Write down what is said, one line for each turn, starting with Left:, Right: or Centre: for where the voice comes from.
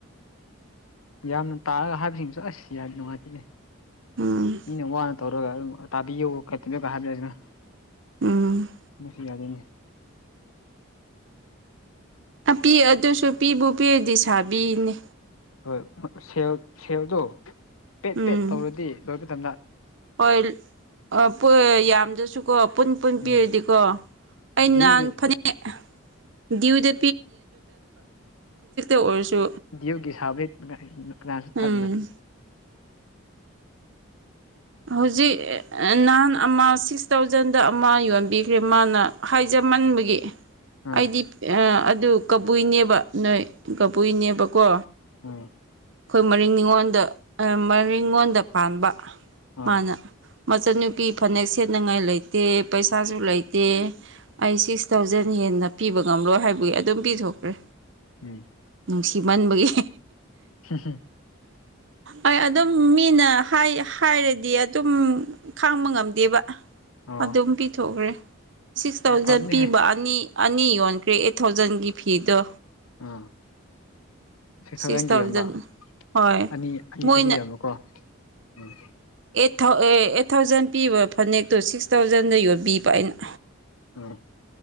Left: ꯌꯥꯝꯅ ꯇꯥꯛꯑꯒ ꯍꯥꯏꯕꯁꯤꯡꯁꯨ ꯑꯁ ꯌꯥꯗꯤ ꯅꯨꯡꯉꯥꯏꯇꯦꯅꯦ
Right: ꯎꯝ
Left: ꯃꯤꯅ ꯋꯥꯅ ꯇꯧꯔꯒ ꯇꯥꯕꯤ ꯀ ꯀ ꯍꯥꯏꯕ
Right: ꯎꯝ
Left: ꯃꯁꯤ ꯌꯥꯗꯦꯅꯦ
Right: ꯄꯤ ꯑꯗꯨꯁꯨ ꯄꯤꯕꯨ ꯄꯤꯔꯗꯤ ꯁꯥꯕꯤꯅꯦ
Left: ꯍꯣꯏ ꯁꯦꯜ ꯁꯦꯜꯗꯣ ꯄꯦꯠ
Right: ꯎꯝ
Left: ꯄꯦꯠ ꯇꯧꯔꯗꯤ ꯂꯣꯏꯗ
Right: ꯍꯣꯏ ꯌꯥꯝꯗ꯭ꯔꯁꯨꯀꯣ ꯄꯨꯟ ꯄꯨꯟ ꯄꯤꯔꯗꯤꯀꯣ
Left: ꯎꯝ
Right: ꯑꯩꯅꯍꯥꯟ
Left: ꯗꯤꯌꯨꯒꯤ
Right: ꯐꯅꯦꯛ ꯗ꯭ꯌꯨ ꯗ ꯑꯣꯏꯔꯁꯨ
Left: ꯗꯒꯤ ꯎꯒꯤ ꯁꯥꯕ ꯀ ꯇ
Right: ꯎꯝ ꯍꯧꯖꯤꯛ ꯅꯍꯥꯟ ꯑꯃ ꯁꯤꯛꯁ ꯊꯥꯎꯖꯟꯗ ꯑꯃ ꯌꯣꯟꯕꯤꯈ꯭ꯔꯦ ꯃꯥꯅ ꯍꯥꯏꯖꯃꯟꯕꯒꯤ
Left: ꯑꯥ
Right: ꯑꯩꯗꯤ ꯑꯗꯨ ꯀꯕꯨꯏꯅꯦꯕ ꯅꯣꯏ ꯀꯕꯨꯏꯅꯦꯕꯀꯣ
Left: ꯎꯝ
Right: ꯑꯩꯈꯣꯏ ꯃꯔꯤꯡ ꯅꯤꯉꯣꯟꯗ ꯃꯔꯤꯉꯣꯟꯗ ꯄꯥꯟꯕ
Left: ꯑꯥ
Right: ꯃꯥꯅ ꯃꯅꯤ ꯄꯤꯤ ꯐꯅꯦꯛ ꯁꯦꯠꯅꯉꯥꯏ ꯂꯩꯇꯦ ꯄꯩꯁꯥꯁꯨ ꯂꯩꯇꯦ ꯑꯩ ꯁꯤꯛꯁ ꯊꯥꯎꯖꯟ ꯍꯦꯟꯅ ꯄꯤꯕ ꯉꯝꯂꯣꯏ ꯍꯥꯏꯕꯒꯤ ꯑꯗꯨꯝ ꯄꯤꯊꯣꯛꯈ꯭ꯔꯦ
Left: ꯎꯝ
Right: ꯅꯨꯡꯁꯤꯃꯟꯕꯒꯤ
Left: ꯝ
Right: ꯑꯩ ꯑꯗꯨꯝ ꯃꯤꯅ ꯍꯥꯏꯔꯗꯤ ꯑꯗꯨꯝ ꯈꯥꯡꯕ ꯉꯝꯗ ꯗꯦꯕ
Left: ꯑꯣ
Right: ꯑꯗꯨꯝ ꯄꯤꯊꯣꯛꯈ꯭ꯔꯦ ꯁꯤꯛꯁ ꯊꯥꯎꯖꯟ
Left: ꯐꯕꯅꯦꯍꯦ
Right: ꯄꯤꯕ ꯑꯅꯤ ꯑꯅꯤ ꯌꯣꯟ ꯀ꯭ꯔꯦ ꯑꯩꯠ ꯊꯥꯎꯖꯟꯒꯤ ꯐꯤꯗꯣ
Left: ꯑꯥ ꯊꯥꯎꯖꯟꯒꯤ
Right: ꯁꯤꯛꯁ ꯊꯥꯎꯖꯟ
Left: ꯌꯣꯟꯕ
Right: ꯍꯣꯏ
Left: ꯑꯅꯤ ꯑꯅꯤ
Right: ꯃꯣꯏꯅ
Left: ꯑꯅꯤ ꯑꯃꯨꯀꯣ ꯎꯝ
Right: ꯑꯩꯠ ꯑꯩꯠ ꯊꯥꯎꯖꯟ ꯄꯤꯕ ꯐꯅꯦꯛꯇꯣ ꯁꯤꯛꯁ ꯊꯥꯎꯖꯟ ꯑꯗꯨꯟꯗ ꯌꯣꯕꯤꯕ ꯑꯅ
Left: ꯎꯝ